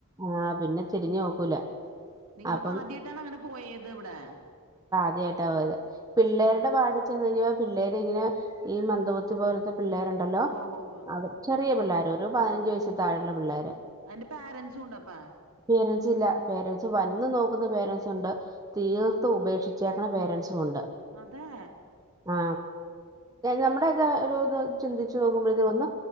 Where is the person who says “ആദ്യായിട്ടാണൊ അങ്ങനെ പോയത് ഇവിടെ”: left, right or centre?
Right